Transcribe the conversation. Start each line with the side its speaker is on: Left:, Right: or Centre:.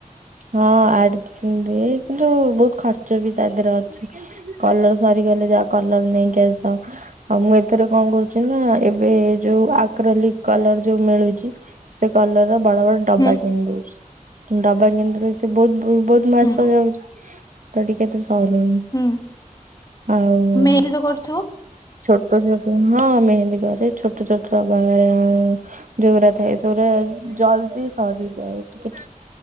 Right: ହଁ ଆଡ଼ କି ଦେ କିନ୍ତୁ ବହୁତ ଖର୍ଚ୍ଚ ବି ତା ଦେହରେ ଅଛି। କଲର ସରିଗଲେ ଯାଆ କଲର ନେଇକି ଆସ। ଆଉ ମୁଁ ଏଥିରେ କଣ କରୁଛିନା, ଏବେ ଯୋଉ ଆକ୍ରୋଲିକ୍ କଲର ଯୋଉ ମିଳୁଚି। ସେ କଲର ବଡବଡ ଡବା
Left: ହୁଁ
Right: କିଣିଦୋଉଚି ଡବା କିଣିଦୋ ବହୁତ ବହୁତ ମାସ
Left: ହୁଁ
Right: ଯାଉଚି ତ ଟିକେ ଏତେ ସରୁନି।
Left: ହୁଁ
Right: ଆ ଉଁ।
Left: ମେହେନ୍ଦି କରୁଥିବ।
Right: ଛୋଟ ଛୋଟ ହଁ ମେହେନ୍ଦୀ କରେ ଛୋଟ ଛୋଟର ବାୟାଳା ଯଉରା ଥାଏ ସଉରା ଜଲ୍ଦି ସାରି ଯଏ ଟିକେ